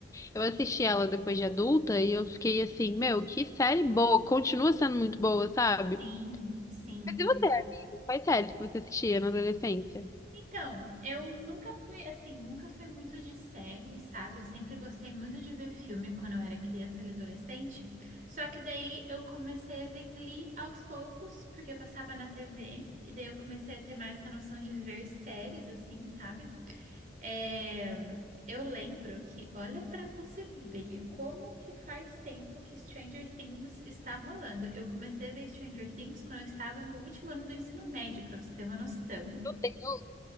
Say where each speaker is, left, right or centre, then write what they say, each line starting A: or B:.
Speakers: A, on the left; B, on the right.
A: Eu assisti ela depois de adulta e eu fiquei assim, meu, que série boa, continua sendo muito boa, sabe?
B: Sim, sim.
A: Mas e você, amigo? Quais séries que você assistia na adolescência?
B: Então, eu nunca fui, assim, nunca fui muito de série, sabe? Eu sempre gostei muito de ver filme quando eu era criança e adolescente. Só que daí eu comecei a ver Glee aos poucos, porque eu passava na TV, e daí eu comecei a ter mais essa noção de ver séries, assim, sabe? É, eu lembro que, olha para você ver como que faz tempo que Stranger Things está rolando. Eu comecei a ver Stranger Things quando eu estava no último ano do ensino médio, para você ter uma noção.
A: Eu tenho.